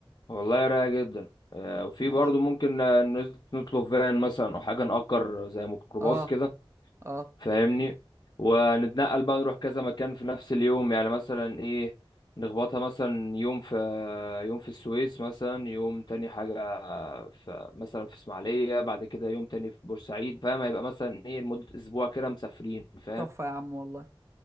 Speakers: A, on the left (about 45°); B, on the right (about 30°).
A: والله رايقة جدا آه، وفي
B: ماشي
A: برضه ممكن آه، نز- نطلب فان مثلا أو حاجة نأجر زي ميكروباص
B: اه
A: كده
B: اه
A: فاهمني ونتنقل بقى نروح كذا مكان في نفس اليوم يعني مثلا إيه نخبطها مثلا يوم في يوم في السويس مثلا يوم تاني حاجة في مثلا في إسماعيلية بعد كده يوم تاني في بورسعيد فاهم هيبقى مثلا إيه لمدة أسبوع كده مسافرين فاهم
B: تحفه يا عم والله